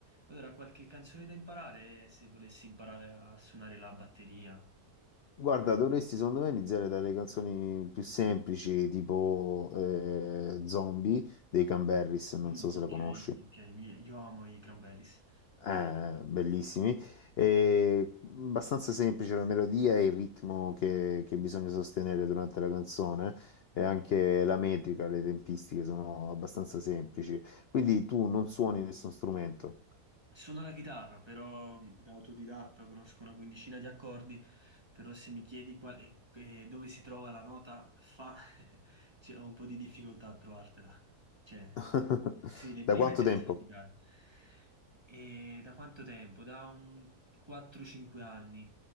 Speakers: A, on the right; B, on the left.
A: Allora, qualche canzone da imparare se volessi imparare a suonare la batteria?
B: Guarda, dovresti secondo me iniziare dalle canzoni più semplici, tipo eh, Zombie dei Camberris, non
A: Mm,
B: so se la
A: Ok,
B: conosci,
A: ok, mi- io amo i Cranberries.
B: eh, bellissimi, e abbastanza semplice la melodia e il ritmo che, che bisogna sostenere durante la canzone e anche la metrica, le tempistiche sono abbastanza semplici, quindi tu non suoni nessun strumento.
A: Suono la chitarra, però mh, da autodidatta conosco una quindicina di accordi, però se mi chiedi qual- e- e dove si trova la nota fa, <laughs> cioè, ho un po' di difficoltà a trovartela. Cioè,
B: <laughs>
A: eh, sì, le
B: Da
A: prime
B: quanto
A: te
B: tempo?
A: le so indicare. E da quanto tempo? Da un 4-5 anni